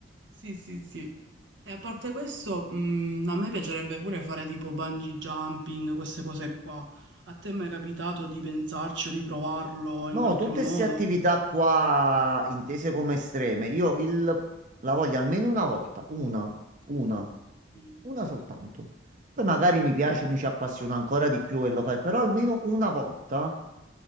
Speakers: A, on the right (about 85°); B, on the right (about 45°).
A: Sì, sì, sì. E a parte questo, mh, a me piacerebbe pure fare tipo bungee jumping, queste cose qua. A te è mai capitato di pensarci o di provarlo
B: No,
A: in qualche
B: tutte
A: modo?
B: queste attività qua intese come estreme, io il- la voglio almeno una volta, una, una,
A: Mm,
B: una soltanto. Poi magari mi piace, mi ci appassiona ancora di più e lo fai, però almeno una volta,